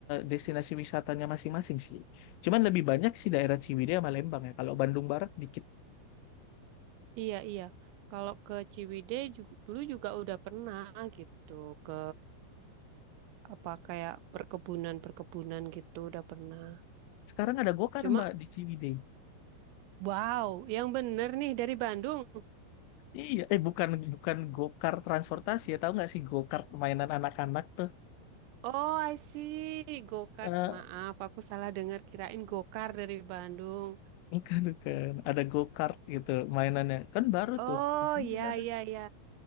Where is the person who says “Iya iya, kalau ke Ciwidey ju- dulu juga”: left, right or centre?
Right